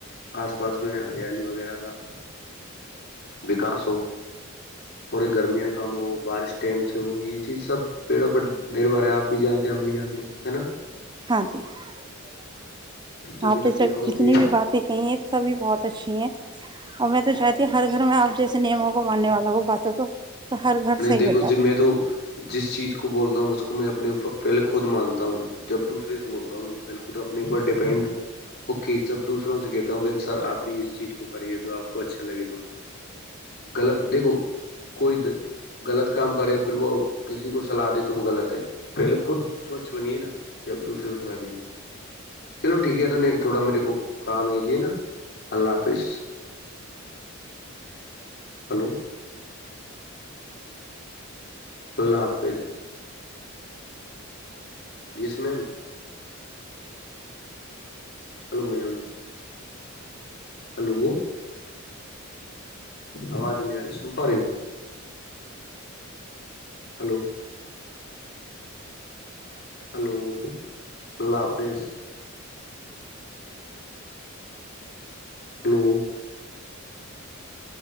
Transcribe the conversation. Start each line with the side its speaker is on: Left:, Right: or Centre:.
Left: آس پاس میں ہریالی وغیرہ کا وکاس ہو اور یہ گرمیاں کم ہو بارش ٹائم سے ہو یہ چیز سب پیڑوں پر نربھر ہے آپ بھی جانتے ہم بھی جانتے ہے نا
Right: ہاں ٹھیک ہے
Left: جبھی
Right: آپ نے
Left: تو کہہ
Right: سب
Left: رہا ہوں
Right: جتنی
Left: کہ
Right: بھی باتیں کہ ہیں سبھی بہت اچھی ہیں اور میں تو چاہتی ہوں ہر گھر میں آپ جس نیموں کو ماننے والا ہو باتوں کو تو ہر گھر
Left: نہیں
Right: صحیح
Left: دیکھو
Right: ہو جائے
Left: جی میں تو جس چیز کو بولتا ہوں مجھ کو کو میں اپنے اوپر پہلے خود مانتا ہوں جب دوسرے سے بولتا ہوں پہلے خود اپنے اوپر ڈیپینڈ ہوک جب دوسروں سے کہتا ہوں کہ سر آپ بھی اس چیز کو کریے جو آپ کو اچا اچھا لگے تو غلط دیکھو قئید غلط کام کرے پھر وہ کسی کو سلاح دے تو وہ غلط ہے پہلے خود سوچھ بنیے نا جب دوسرے کو سلاح دیجیے چلو ٹھیک ہے تو نہیں تھوڑا میرے کو کام ہے ج نا اللہ حافظ ہلو اللہ حافظ yes ma'am hello ma'am hello آواز نہیںیاری سوپاری ہو ہلو ہلو اللہ حافظ ہلو